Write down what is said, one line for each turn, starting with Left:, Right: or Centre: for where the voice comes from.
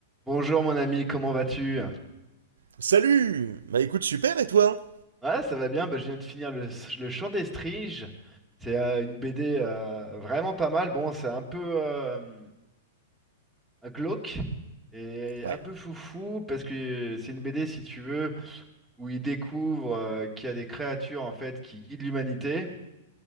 Centre: Bonjour mon ami, comment vas-tu?
Right: Salut Bah écoute, super, et toi?
Centre: Ouais, ça va bien, bah, je viens de finir le, le Chant des Striges. C'est euh, une BD euh, vraiment pas mal. Bon, c'est un peu euh, glauque et
Right: Ouais.
Centre: un peu foufou parce que c'est une BD, si tu veux, où il découvre euh, qu'il y a des créatures en fait qui guident l'humanité.